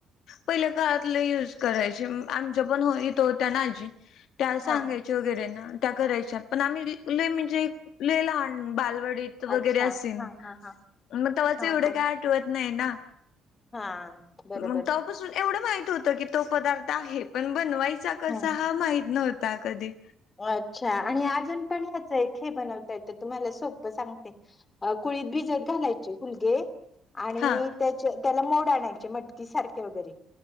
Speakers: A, on the left; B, on the left.
A: पहिल्या काळात लई युज करायचे... आमच्या पण... हो... इथं होत्या ना आजी त्या सांगायच्या
B: हा
A: वगैरे ना... त्या करायच्या... पण आम्ही... लई म्हणजे... लई लहान बालवडीत
B: अच्छा
A: वगैरे अशील...
B: हा हा हा
A: मग तव्हाचं
B: हा
A: एवढे
B: हा
A: काय.... आठवत नाई ना
B: हा. बरोबर
A: मग तवापासून एवढं माहित होतं की.... तो पदार्थ आहे... पण बनवायचा कसा
B: हं.
A: हा... माहित नव्ह. -ता कधी.
B: अच्छा आणि अजून पण... ह्याचं एक हे बनवता येतं... तुम्हाला सोपं सांगते कुळीत भिजत घालायचे... हुलगे... आणि
A: हा
B: त्याच्या... त्याला मोड आणायचे... मटकी सारखे वगैरे